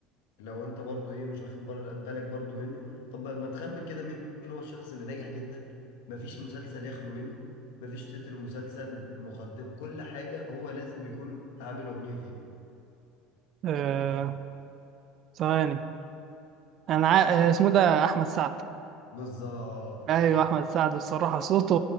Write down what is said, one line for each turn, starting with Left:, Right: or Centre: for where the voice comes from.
Left: لو انت برضو ايه مش واخد بر- بالك برضو منه طب بقى ما تخمن كده مين هو الشخص اللي ناجح جدا مفيش مسلسل يخلو منه مفيش تتر مسلسل مقدم كل حاجة هو لازم بيكون عامل أغنية فيها
Right: آه ثواني انا عا- آه، اسمه ده احمد سعد
Left: بالظبط
Right: ايوه احمد سعد الصراحه صوته